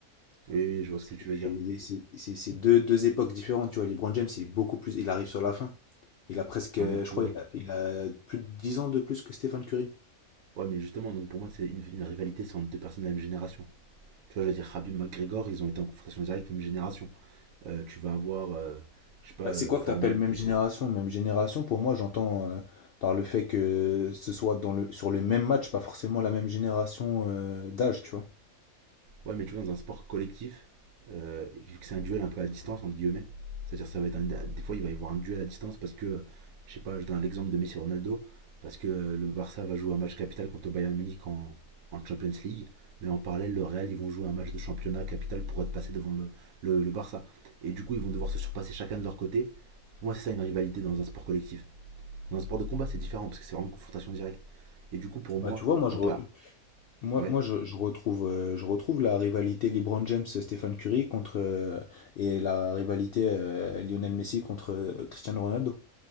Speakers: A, on the right (about 70°); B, on the left (about 70°).
A: Oui, oui, je vois
B: C'est
A: ce que tu veux dire.
B: c'est- c'est- c'est deux, deux époques différentes, tu vois. LeBron James, il est beaucoup plus. Il arrive sur la fin. Il a presque,
A: Non,
B: euh,
A: mais tu
B: je crois,
A: vois.
B: il a, il a plus de 10 ans de plus que Stephen Curry.
A: Ouais, mais justement, donc pour moi, c'est une, une rivalité, c'est entre deux personnes de la même génération. Tu vois, je veux dire, Khabib McGregor, ils ont été en confrontation directe, même génération. Euh, tu vas avoir, euh, je sais pas,
B: Bah,
A: euh,
B: c'est quoi que
A: Foreman
B: tu appelles même
A: contre
B: génération? Même génération, pour moi, j'entends euh, par le fait que ce soit dans le, sur les mêmes matchs, pas forcément la même génération euh, d'âge, tu vois.
A: Ouais, mais tu vois, dans un sport collectif, euh, vu que c'est un duel un peu à distance, entre guillemets, c'est-à-dire ça va être un- des fois il va y avoir un duel à distance parce que, je sais pas, je donne l'exemple de Messi et Ronaldo, parce que euh, le Barça va jouer un match capital contre le Bayern Munich en, en Champions League, mais en parallèle le Real ils vont jouer un match de championnat capital pour être passé devant le, le, le Barça. Et du coup ils vont devoir se surpasser chacun de leur côté. Pour moi c'est ça une rivalité dans un sport collectif. Dans un sport de combat c'est différent parce que c'est vraiment une confrontation directe. Et du coup pour moi,
B: Bah, tu vois, moi,
A: quand
B: je, re-
A: t'as...
B: moi,
A: Ouais.
B: moi je, je retrouve, euh, je retrouve la rivalité LeBron James-Stephen Curry contre, euh, et la rivalité euh, Lionel Messi contre euh, Cristiano Ronaldo.